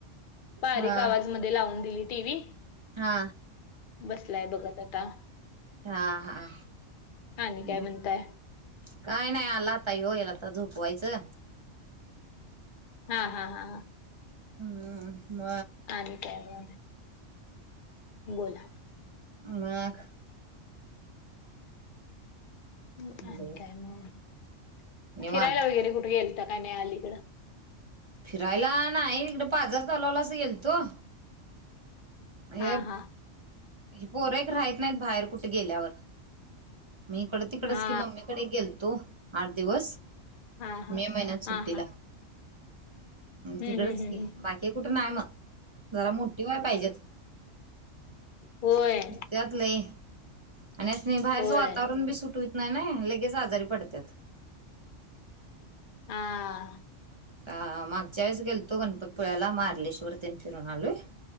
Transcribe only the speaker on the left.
बारीक
आवाज मध्ये लावून दिली टी व्ही
बसलाय बघत आता
आणि काय
म्हणताय
हा हा हा हा.
<unintelligible> बोला.
<unintelligible>
फिरायला वगैरे कुठे गेल तर काय नाही अलीकडं.
हा हा
हा
हा हा
हा
हा हम्म
हम्म.
होय.
होय
हा.